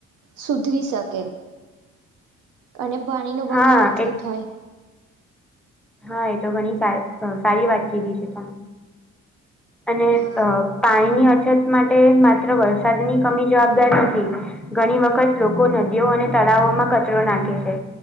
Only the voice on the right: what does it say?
સુધરી શકે. અને પાણી નો બગાડ
ઓછો
થાય.
હા.